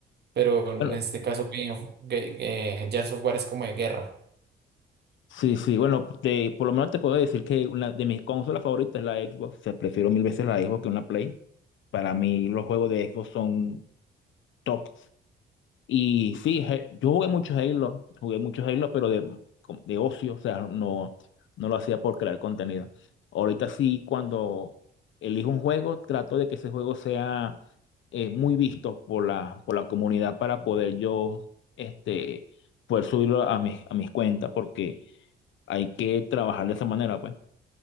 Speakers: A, on the right; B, on the left.
A: pero en
B: Bueno,
A: este caso Game of, Ge- eh, Gears of War es como de guerra.
B: sí, sí, bueno, te- por lo menos te puedo decir que una de mis consolas favoritas es la Xbox. O sea, prefiero mil veces la Xbox que una Play. Para mí los juegos de Xbox son top. Y sí, He- yo jugué mucho Halo, jugué mucho Halo, pero de, com- de ocio, o sea, no, no lo hacía por crear contenido. Ahorita sí, cuando elijo un juego, trato de que ese juego sea eh, muy visto por la, por la comunidad para poder yo este, poder subirlo a mis, a mis cuentas, porque hay que trabajar de esa manera, pues.